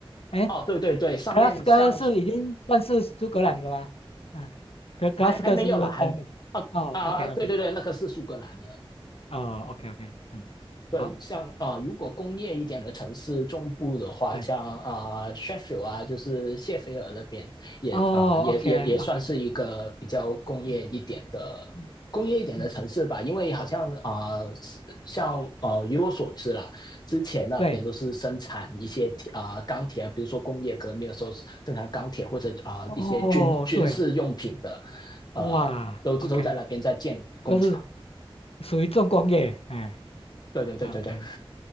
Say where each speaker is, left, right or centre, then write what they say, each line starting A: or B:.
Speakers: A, on the left; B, on the left.
A: 哎，
B: 哦，对对对，上面像
A: 格拉斯哥是已经算是苏格兰了吗？嗯，格格拉斯哥是不是在那边？
B: 还还没有啦，还没啊啊，
A: 哦，OK
B: 对对对，
A: OK，
B: 那个是苏格兰的，
A: 哦，OK OK，嗯，
B: 对，
A: 好，
B: 像啊、呃如果工业一点的城市中部的话，
A: 对，
B: 像啊、呃 Sheffield 啊，就是谢菲尔那边也啊、
A: 哦，OK
B: 呃也也也算是一个比较工业一点的
A: OK，嗯嗯
B: 工业一点的城市吧，
A: 嗯，
B: 因为好像啊、呃是像呃，以我所知啦，之前那边都是生产一些啊、
A: 对，
B: 呃钢铁啊，比如说工业革命的时候生产钢铁或者啊、呃一些军军事用品的，
A: 哦对，
B: 呃，
A: 哇，OK，
B: 都都在那边在建工厂。
A: 都是属于重工业，哎
B: 对对对对对。
A: ，OK，